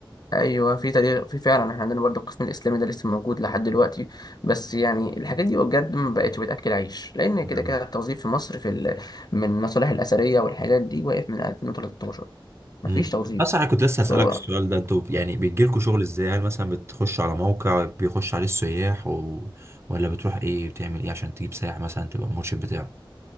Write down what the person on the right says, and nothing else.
مم.
امم
اصلا انا كنت لسه هسألك
السؤال ده انتوا يعني بيجيلكوا شغل ازاي هل مثلا بتخش على موقع بيخش عليه السياح و... ولا بتروح ايه بتعمل ايه عشان تجيب سائح مثلا تبقى المرشد بتاعه